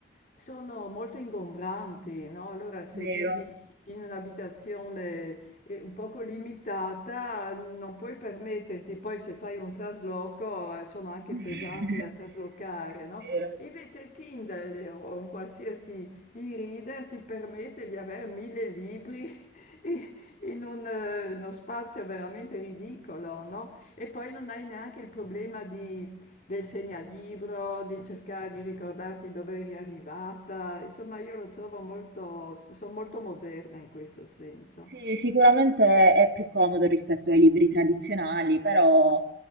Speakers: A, on the left; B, on the right.
A: sono molto ingombranti, no? Allora se
B: Vero.
A: vivi in un'abitazione eh, un poco limitata non puoi permetterti, poi se fai un trasloco eh, sono anche
B: <laughs>
A: pesanti da traslocare, no?
B: Vero.
A: Invece il Kindle o un qualsiasi e-reader ti permette di avere mille libri <laughs> i- in un, eh, uno spazio veramente ridicolo, no? E poi non hai neanche il problema di- del segnalibro, di cercare di ricordarti dove eri arrivata. Insomma, io lo trovo molto, sono molto moderna in questo senso.
B: Sì, sicuramente è più comodo rispetto ai libri tradizionali, però